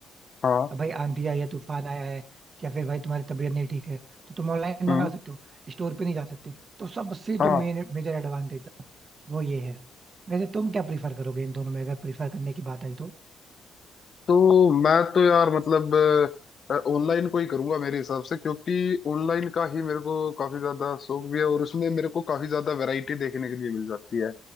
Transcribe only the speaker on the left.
हाँ
हम्म
हाँ
तो मैं तो यार मतलब ऑनलाइन को ही करूंगा मेरे हिसाब से क्योंकि ऑनलाइन का ही मेरे को काफी ज्यादा शौक भी है और उसमें मेरे को काफी ज्यादा वैरायटी देखने के लिए मिल जाती है